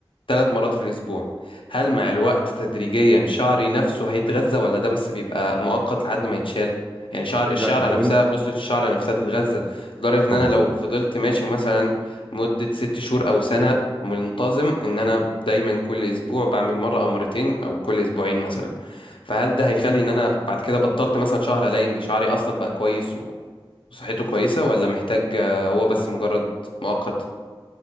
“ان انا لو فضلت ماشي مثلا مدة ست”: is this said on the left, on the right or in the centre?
Left